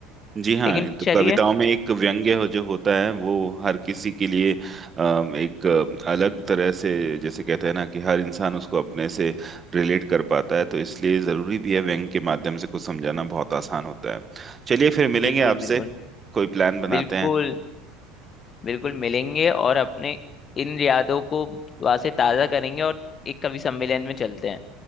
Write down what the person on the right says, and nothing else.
जी हाँ
तो
कविताओं में एक व्यंग्य हो जो होता है वो हर किसी के लिए अम, एक अ, अलग तरह से जैसे कहते हैं ना कि हर इंसान उसको अपने से रिलेट कर पाता है तो इसलिए जरूरी भी है व्यंग के माध्यम से कुछ समझाना बहुत आसान होता है चलिए फिर मिलेंगे
आपसे
कोई प्लान बनाते
हैं